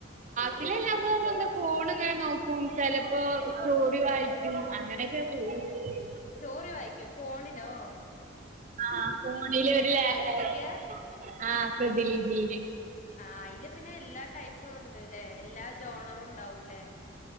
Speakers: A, on the right; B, on the left.
A: ക്ളാസില്ലാത്തപ്പോ എന്താ, ഫോൺ ഇങ്ങനെ നോക്കും, ചിലപ്പോ സ്റ്റോറി വായിക്കും അങ്ങനെ. ൻ്റെ തുണി <unintelligible>
B: സ്റ്റോറി വായിക്കോ ഫോണിലോ?
A: ആ ഫോണില്
B: ഏതാ
A: ഒരു
B: പ്രതിലിപിയാ
A: ആപ്പ് ആ പ്രതിലിബില്
B: ആഹ അയില് പിന്നെ എല്ലാ ടൈപ്പും ഉണ്ട്ല്ലേ എല്ലാ ജോണറും ഉണ്ടാവൂലേ.